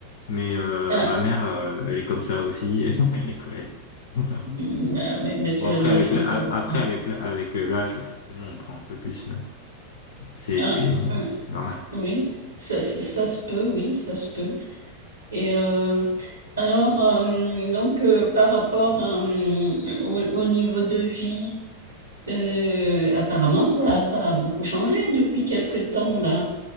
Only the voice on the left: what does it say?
mais euh,
ma mère, euh, elle est comme ça aussi, <laughs> elle est coréenne. <laughs>
Bon, après,
avec
l'a-
après,
avec l'a- avec euh, l'âge, forcément, on prend un peu plus. euh, C'est,
c'est normal.